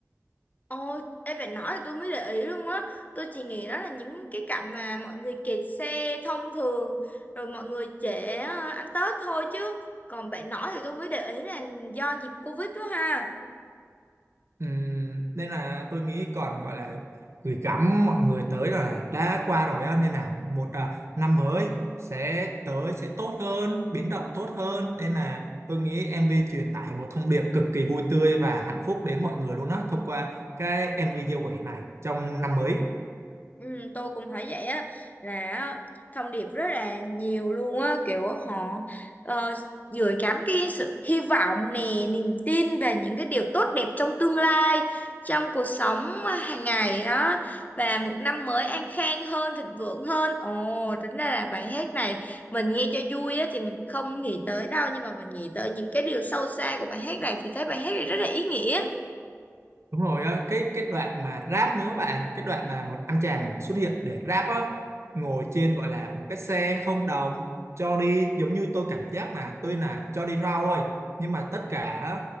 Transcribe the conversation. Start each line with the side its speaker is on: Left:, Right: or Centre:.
Left: Ồ, em phải nói là tôi mới để ý luôn á Tôi chỉ nghĩ đó là những cái cảnh mà mọi người kẹt xe thông thường Rồi mọi người trễ ờ, ăn Tết thôi chứ Còn bạn nói thì tôi mới để ý là do dịp Covid đó ha
Right: Ừm, nên là tôi nghĩ còn gọi là gửi gắm mọi người tới là là đã qua rồi á nên là một à, năm mới sẽ tới sẽ tốt hơn biến động tốt hơn nên là tôi nghĩ MV truyền tải một thông điệp cực kỳ vui tươi và hạnh phúc đến mọi người luôn á thông qua cái MV giao quẻ này trong năm mới
Left: Ừ, tôi cũng thấy vậy á là á, thông điệp rất là nhiều luôn á kiểu họ uh, gửi gắm cái sự hy vọng nè niềm tin về những cái điều tốt đẹp trong tương lai trong cuộc sống hàng ngày đó và một năm mới an khang hơn thịnh vượng hơn ồ tính ra là bài hát này mình nghe cho vui á thì mình không nghĩ tới đâu nhưng mà mình nghĩ tới những cái điều sâu xa của bài hát này thì thấy bài hát này rất là ý nghĩa
Right: Đúng rồi á, cái cái đoạn mà rap nữa bạn, cái đoạn mà một anh chàng xuất hiện để rap á, ngồi trên gọi là một cái xe không đồng cho đi giống như tôi cảm giác là tôi là cho đi rau ơi, nhưng mà tất cả